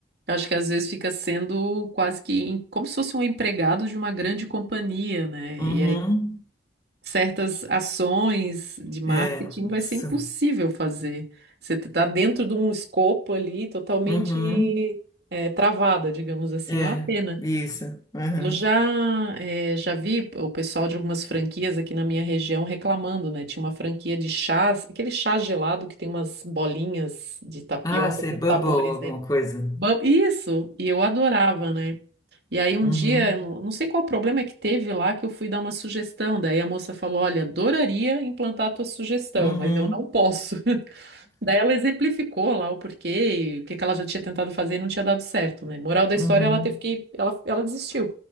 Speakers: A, on the right (about 65°); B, on the left (about 20°).
A: Eu acho que às vezes fica sendo quase que em- como se fosse um empregado de uma grande companhia, né?
B: Uhum.
A: E aí certas ações de marketing
B: É,
A: vai
B: isso.
A: ser impossível fazer. Você está dentro de um escopo ali totalmente
B: Uhum.
A: eh, travada, digamos assim.
B: É,
A: É uma pena.
B: isso. Uhum.
A: Eu já, eh, já vi o pessoal de algumas franquias aqui na minha região reclamando, né? Tinha uma franquia de chás, aquele chá gelado que tem umas bolinhas de tapioca
B: Ah, ser
A: com
B: bubble,
A: sabores
B: alguma
A: dentro.
B: coisa.
A: Ba- Isso, e eu adorava, né? E aí um
B: Uhum.
A: dia, eu não não sei qual problema que teve lá, que eu fui dar uma sugestão. Daí a moça falou: Olha, adoraria implantar a tua sugestão,
B: Uhum.
A: mas eu não posso. <laughs> Daí ela exemplificou lá o porquê, e o que que ela já tinha tentado fazer e não tinha dado certo, né? Moral da
B: Uhum.
A: história, ela teve que, ela, ela desistiu.